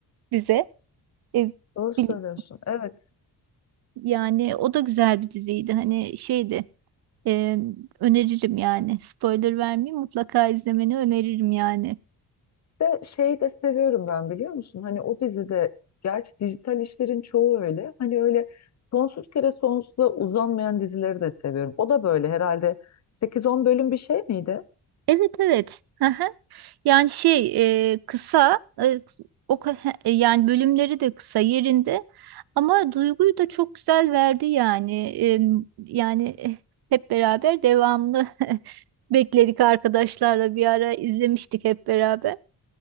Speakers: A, on the right; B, on the left.
A: bize. E,
B: Doğru söylüyorsun.
A: bil-
B: Evet.
A: yani o da güzel bir diziydi. Hani şeydi. e, öneririm yani. Spoiler vermeyeyim mutlaka izlemeni öneririm yani.
B: De şeyi de seviyorum ben biliyor musun? Hani o dizide gerçi dijital işlerin çoğu öyle. Hani öyle sonsuz kere sonsuza uzanmayan dizileri de seviyorum. O da böyle herhalde sekiz on bölüm bir şey miydi?
A: Evet evet. <laughs> Yani şey e, kısa e, kıs- o ka- he, e, yani bölümleri de kısa yerinde ama duyguyu da çok güzel verdi yani E, yani eh, hep beraber devamlı <laughs> bekledik arkadaşlarla bir ara izlemiştik hep beraber.